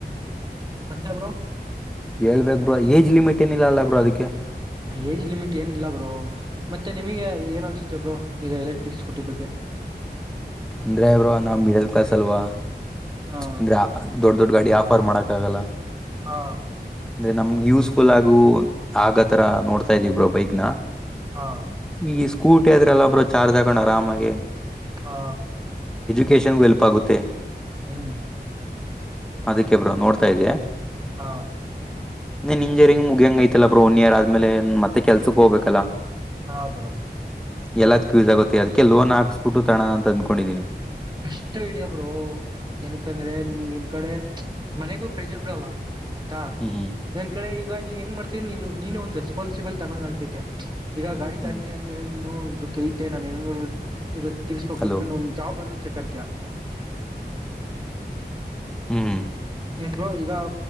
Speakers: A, on the right; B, in the centre.
A: ಮತ್ತೆ ಬ್ರೋ
B: ಹೇಳ್ಬೇಕ್ ಬ್ರೋ ಏಜ್ ಲಿಮಿಟ್ ಏನಿಲ್ಲ ಅಲ್ಲ ಬ್ರೋ ಅದಕ್ಕೆ
A: ಏಜ್ ಲಿಮಿಟ್ ಏನ ಇಲ್ಲಾ ಬ್ರೋ ಮತ್ತೆ ನಿಮಗೆ ಏನ್ ಅನ್ಸುತ್ತೆ ಬ್ರೋ ಈಗ ಎಲೆಕ್ಟ್ರಿಕ್ ಸ್ಕೂಟಿ ಬಗ್ಗೆ
B: ಅಂದ್ರೆ ಬ್ರೋ ನಾವ್ ಮಿಡಲ್ ಕ್ಲಾಸ್ ಅಲ್ವಾ
A: ಹಾ
B: ಅಂದ್ರೆ ದೊಡ್ ದೊಡ್ ಗಾಡಿ ಆಫರ್ ಮಾಡಕ್ ಆಗಲ್ಲ
A: ಹಾ
B: ಅಂದ್ರೆ ನಮ್ ಯೂಸ್ಫುಲ್ ಆಗು ಆಗ ತರ ನೋಡ್ತಾ ಇದಿವ ಬ್ರೋ ಬೈಕ್ ನ.
A: ಹಾ
B: ಈ ಸ್ಕೂಟಿ ಆದ್ರೆಲ್ಲ ಬ್ರೋ ಚಾರ್ಜ್ ಹಾಕೊಂಡು ಆರಾಮಾಗೆ.
A: ಹಾ
B: ಕೇಶನ್ ಗೆಲ್ಪ ಆಗುತ್ತೆ.
A: ಹ್ಮ್
B: ಅದಕ್ಕೆೆ ಬ್ರೋ ನೋಡ್ತಾ ಇದ್ದೆ.
A: ಹಾ
B: ನೀನ್ ಇಂಜರಿಂಗ ಮುಗಿಯಂಗ ಐತಲ್ಲ ಬ್ರೋ ಒನ್ ಇಯರ್ ಆದ್ಮೇಲೆ ಮತ್ತೆ ಕೆಲ್ಸಕ್ ಹೋಗಬೇಕಲ್ಲಾ.
A: ಹಾ ಬ್ರೋ
B: ಎಲ್ಲದ ಕು ಯೂಸ್ ಆಗುತ್ತೆ ಅದಕ್ಕೆ ಲೋನ್ ಹಾಕ್ಸ್ಬಿಟ್ಟು ತಗಣನ ಅಂತ ಅಂದ್ಕೊಂಡಿದ್ದೀನಿ.
A: ಬೆಸ್ಟ್ ಐಡಿಯಾ ಬ್ರೋ ಏನಕಂದ್ರೆ ನಿನ್ಗೆ ಈ ಕಡೆ ಮನೆಗು ಪ್ರೆಜರ್ ಬೀಳಲ್ಲ. ಐತ
B: ಹ್ಮ್ ಹ್ಮ್
A: ನನ್ ಕಡೆ ಈಗ ನೀನ್ ಹೆಂಗ ಮಾಡತ ನೀ ನೀನೇ ಒಂದು ರೆಸ್ಪಾನ್ಬಿಲಿ ತಣಂಗ್ ಆಗ್ತೈತೆ. ಈಗ ಗಾಡಿ
B: ಹ್ಮ್
A: ತಾಣ್ತೀಯಾ ಅಂದ್ಮೇಲೆ ನೀನು ಇದ್ರ ಕೈತೆೆ ನಾನನ ತಿರ್ಸ್ಬೇಕು
B: ಹಲೋ
A: ಅಂದ್ಕೊಂಡು ಒಂದ ಬರು ಸೆಕಂತಿಯಾ
B: ಹ್ಮ್
A: ಏನ್ ಬ್ರೋ ಈಗ